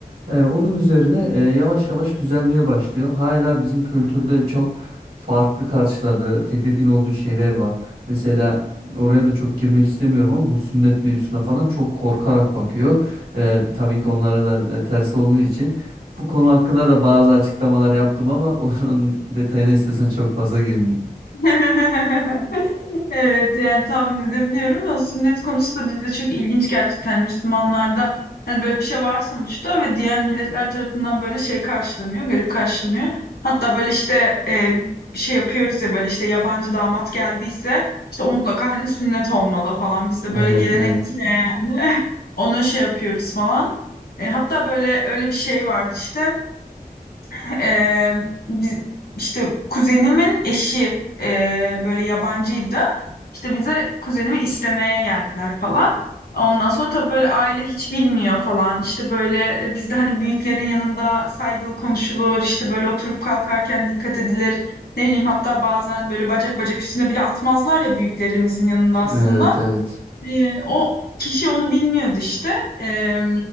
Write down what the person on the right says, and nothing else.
E, onun üzerine e, yavaş yavaş düzelmeye başlıyor. Hala bizim kültürde çok farklı karşıladığı, tedirgin olduğu şeyler var. Mesela oraya da çok girmek istemiyorum ama bu sünnet mevzusuna falan çok korkarak bakıyor. E, tabii ki onlara da e, ters olduğu için. Bu konu hakkında da bazı açıklamalar yaptım ama <laughs> onun detayına istiyorsan çok fazla girmeyeyim.
Evet
evet.
Evet evet.